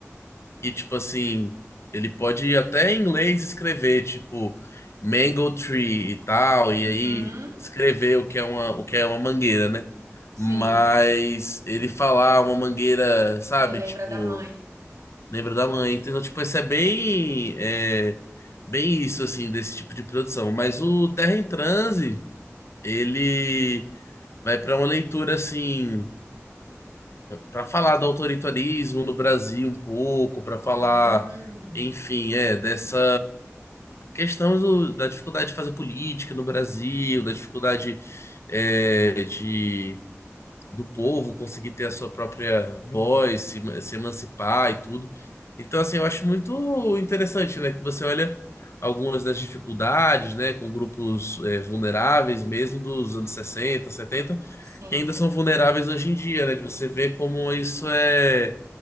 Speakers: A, on the left; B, on the right.
A: E, tipo assim, ele pode até em inglês escrever, tipo, mango tree e tal,
B: Uhum,
A: e aí escrever o que é uma, o que é uma mangueira, né?
B: sim,
A: Mas ele falar uma mangueira, sabe?
B: ele lembra
A: Tipo,
B: da mãe.
A: lembra da mãe. Então, tipo, isso é bem,
B: É.
A: é, bem isso, assim, desse tipo de produção. Mas o Terra em Transe, ele vai pra uma leitura, assim para falar do autoritarismo no Brasil um pouco, para falar,
B: Hum,
A: enfim, é, dessa questão do- da dificuldade de fazer política no Brasil, da dificuldade é, de do povo, conseguir ter a sua própria voz, se, ema- se emancipar e tudo. Então, assim, eu acho muito interessante, né, que você olha algumas das dificuldades, né, com grupos é, vulneráveis mesmo dos anos 60, 70,
B: sim,
A: que ainda
B: sim.
A: são vulneráveis hoje em dia, né, de você ver como isso é